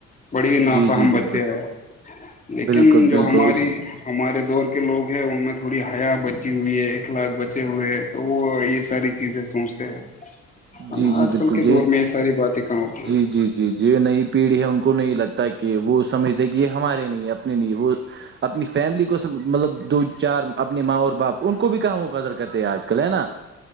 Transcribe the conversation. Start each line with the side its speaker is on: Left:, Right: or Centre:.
Left: بڑی نافاہم
Right: جی جی بالکل
Left: بچے ہیں لیکن
Right: بالکل
Left: جو
Right: بالکل
Left: ہماری
Right: اس
Left: ہمارے دور کے لوگ ہیں ان میں تھوڑی حیا بچی ہوئی ہے اخلاق بچے ہوئے تو وہ یہ ساری چیزیں سوچتے ہیں
Right: جی
Left: نا
Right: جی
Left: آج
Right: بالکل
Left: کل کے دور میں یہ ساری باتیں کہاں ہوتی
Right: جی
Left: ہے
Right: جی جی یہ نئی پیڑھی ہے ان کو نہیں لگتا کہ وہ سمجھتے کہ یہ ہمارے نہیں ہے اپنے نہیں ہے وہ اپنی فیملی کو سب مطلب دو چار اپنی ماں اور باپ ان کو بھی کہم وہ قدر کرتے ہیں آج کل ہے نا